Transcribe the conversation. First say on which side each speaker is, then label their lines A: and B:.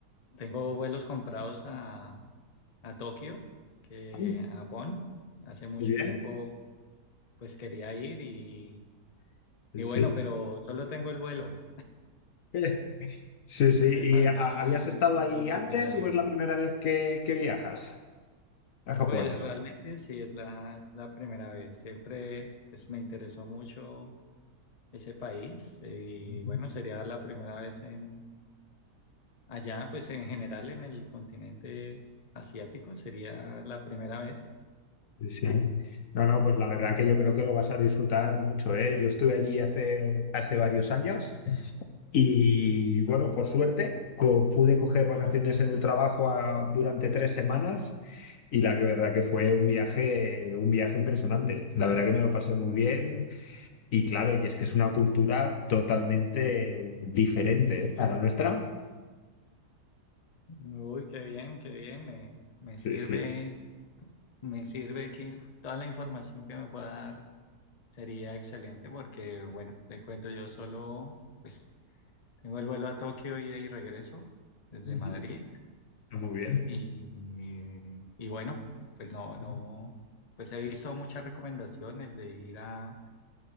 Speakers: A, on the left; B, on the left.
A: tengo vuelos comprados a, a Tokio, que
B: Ah,
A: a Japón. Hace mucho
B: Muy bien,
A: tiempo pues quería ir y,
B: sí,
A: y bueno,
B: sí.
A: pero solo tengo el vuelo.
B: Eh, Sí, sí.
A: Me
B: ¿Y
A: falta
B: ha- habías estado ahí
A: el itinerario.
B: antes o es la primera vez que, que viajas a Japón?
A: Pues realmente sí, es la, es la primera vez. Siempre pues, me interesó mucho ese país y
B: Ujú.
A: bueno, sería la primera vez en allá, pues en general en el continente asiático, sería la primera vez.
B: Sí, sí. No, no, pues la verdad que yo creo que lo vas a disfrutar mucho, ¿eh? Yo estuve allí hace, hace varios años y bueno, por suerte co- pude coger vacaciones en el trabajo a- durante tres semanas y la que verdad que fue un viaje, un viaje impresionante. La verdad que me lo pasé muy bien. Y claro, y es que es una cultura totalmente diferente ¿eh? a la nuestra.
A: Uy, qué bien, qué bien, me, me
B: Sí,
A: sirve,
B: sí.
A: me sirve que toda la información que me pueda dar sería excelente porque bueno, le cuento yo solo, pues Tengo el vuelo a Tokio, ida y regreso desde
B: Ujú.
A: Madrid.
B: Está Muy bien.
A: Y, y bueno, pues no, no,
B: Ujú,
A: pues he visto muchas recomendaciones de ir a,